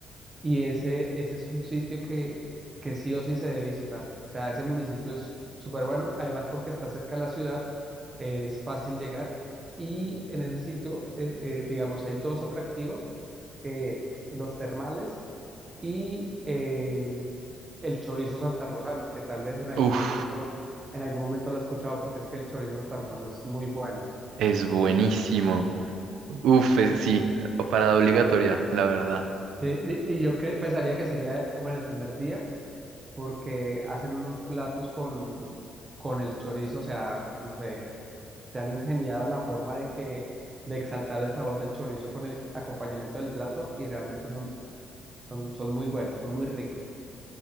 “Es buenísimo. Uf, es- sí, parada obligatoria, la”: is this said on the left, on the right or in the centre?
Right